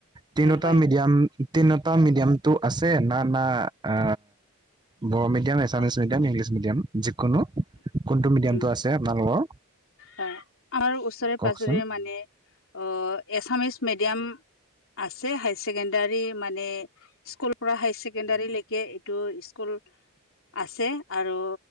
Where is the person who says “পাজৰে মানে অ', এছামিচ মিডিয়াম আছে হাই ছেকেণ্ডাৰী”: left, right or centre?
Left